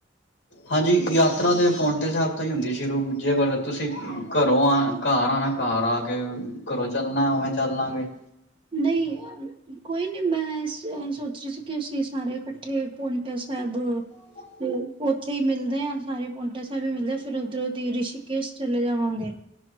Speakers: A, on the left; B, on the right.
A: ਹਾਂਜੀ ਯਾਤਰਾ ਤੇ ਪੋਂਟੇ ਸਾਹਿਬ ਤੋਂ ਹੀ ਹੁੰਦੀ ਸ਼ੁਰੂ ਜੇਕਰ ਤੁਸੀਂ ਘਰੋਂ ਆ, ਘੱਰ ਆਣਾ, ਘੱਰ ਆ ਕੇ, ਘਰੋਂ ਚੱਲਣਾ ਉਵੇਂ ਚੱਲ ਲਾਂਗੇ।
B: ਨਈ, ਕੋਈ ਨੀ ਮੈਂ ਸ, ਸੋਚ ਰੀ ਸੀ ਕਿ ਅਸੀਂ ਸਾਰੇ ਕੱਠੇ ਪੋਨੀਟਰ ਸੈਬ ਅ
A: <unintelligible>
B: ਤੇ ਉੱਥੇ ਈ ਮਿਲਦੇ ਆ ਸਾਰੇ, ਪੋਟਾ ਸਾਈਬ ਈ ਮਿਲਦੇ ਫਿਰ ਉਧਰੋਂ ਦੇ ਰਿਸ਼ੀਕੇਸ਼ ਚਲੇ ਜਾਵਾਂਗੇ,